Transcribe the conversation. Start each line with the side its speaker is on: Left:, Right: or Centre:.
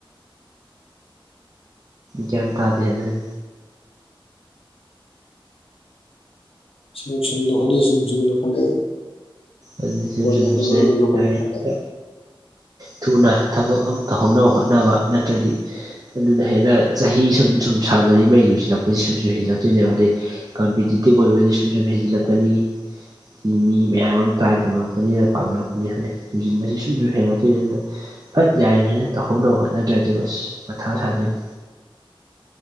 Right: ꯒ꯭ꯌꯥꯟ ꯇꯥꯗꯦ ꯑꯗꯨꯅꯤ
Left: ꯁꯨꯝ ꯁꯨꯝ ꯂꯨꯈꯠꯂꯛꯏ ꯁꯨꯝ ꯁꯨꯝ ꯂꯨꯈꯠꯂꯛꯏ
Right: ꯑꯩꯁꯨ ꯁꯨꯝ
Left: ꯀꯣꯂꯦꯖꯅ
Right: ꯁꯨꯝ ꯂꯨꯁꯤꯜꯂꯛꯑꯦ
Left: ꯃꯔꯣꯟ ꯑꯃ ꯂꯨꯈꯠꯂꯛꯄꯅꯦ
Right: ꯂꯥꯏꯔꯤꯛꯇ ꯊꯨꯅ ꯊꯕꯛ ꯑꯃ ꯇꯧꯍꯧꯅꯕ ꯍꯣꯠꯅꯕ ꯅꯠꯇ꯭ꯔꯗꯤ ꯑꯗꯨꯅ ꯍꯦꯟꯅ ꯆꯍꯤ ꯁꯨꯝ ꯁꯨꯝ ꯁꯥꯡꯅꯔꯤ ꯃꯩ ꯂꯨꯁꯤꯜꯂꯛꯄꯁꯤ ꯁꯨꯝꯁꯨꯝ ꯍꯦꯟꯖꯤꯜꯂꯛꯇꯣꯏꯅꯦꯕ ꯍꯥꯏꯗꯤ ꯀꯝꯄꯤꯇꯤꯇꯤꯞ ꯑꯣꯏꯕꯗꯤ ꯁꯨꯝ ꯁꯨꯝ ꯍꯦꯟꯖꯤꯜꯂꯛꯀꯅꯤ ꯊꯤ ꯃꯤ ꯃꯌꯥꯝ ꯑꯃ ꯇ꯭ꯔꯥꯏ ꯇꯧꯅꯔꯛꯄꯅꯤꯅ ꯄꯥꯝꯅꯔꯛꯄꯅꯤꯅ ꯈꯪꯗꯦ ꯂꯨꯁꯤꯟꯕꯁꯤ ꯁꯨꯝꯁꯨꯝ ꯍꯦꯟꯒꯠꯂꯛꯇꯣꯏꯅꯤ ꯑꯗꯨꯅ ꯐꯠ ꯌꯥꯔꯤꯉꯩꯖꯤꯗ ꯇꯧꯍꯧꯅꯕ ꯍꯣꯠꯅꯗ꯭ꯔꯗꯤꯕ ꯑꯁ ꯃꯊꯥ ꯁꯥꯗꯣꯏꯅꯤ